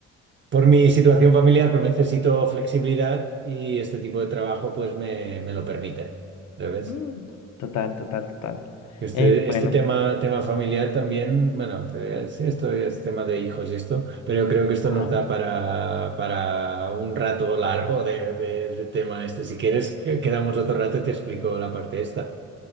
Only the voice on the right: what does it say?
por mi situación familiar, pues necesito flexibilidad y este tipo de trabajo pues me, me lo permite. ¿Sabes?
Este,
este tema, tema familiar también, bueno, te- sí, esto es tema de hijos y esto, pero yo creo que esto
nos da para, para un rato largo de, de- de tema este. Si quieres, que- quedamos otro rato y te explico la parte esta.